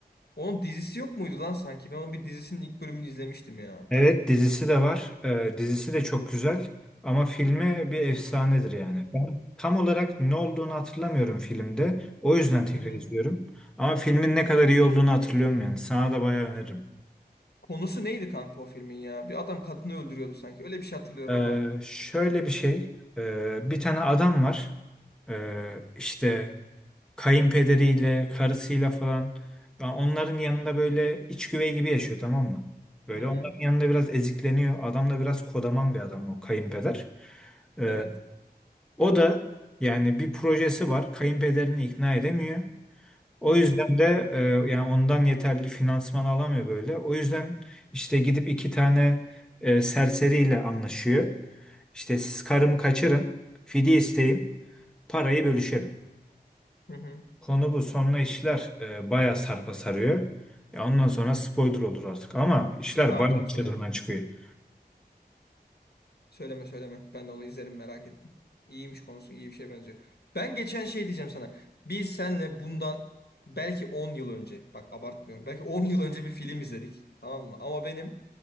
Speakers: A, on the left; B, in the centre.
A: Onun dizisi yok muydu lan sanki? Ben onun bir dizisinin ilk bölümünü izlemiştim ya.
B: Evet dizisi de var. Ee, dizisi de çok güzel ama filmi bir efsanedir yani. Ben tam olarak ne olduğunu hatırlamıyorum filmde. O yüzden tekrar
A: Hı hı.
B: izliyorum. Ama filmin ne kadar iyi olduğunu hatırlıyorum yani. Sana da bayağı öneririm.
A: Konusu neydi kanka o filmin ya? Bir adam kadını öldürüyordu sanki. Öyle bir şey hatırlıyorum
B: Ee,
A: ama.
B: şöyle bir şey. Ee, bir tane adam var. Ee, işte kayınpederiyle, karısıyla falan. Ya Onların yanında böyle iç güvey gibi yaşıyor tamam mı? Böyle
A: Hı hı.
B: onların yanında biraz ezikleniyor. Adam da biraz kodaman bir adam o kayınpeder. Ee,
A: Evet.
B: O da yani bir projesi var. Kayınpederini ikna edemiyor. O
A: Hı
B: yüzden
A: hı.
B: de e, yani ondan yeterli finansman alamıyor böyle. O yüzden işte gidip iki tane e, serseriyle anlaşıyor. İşte siz karımı kaçırın, fidye isteyin, parayı bölüşelim.
A: Hı hı.
B: Konu bu. Sonra işler e, bayağı sarpa sarıyor. Ya ondan sonra spoiler olur artık ama işler
A: Tamam
B: bayağı
A: tamam
B: çığırından
A: söyleme.
B: çıkıyor.
A: Söyleme söyleme. Ben de onu izlerim merak ettim. İyiymiş konusu iyi bir şeye benziyor. Ben geçen şey diyeceğim sana. Biz senle bundan belki 10 yıl önce bak abartmıyorum. Belki 10 yıl önce bir film izledik. Tamam mı? Ama benim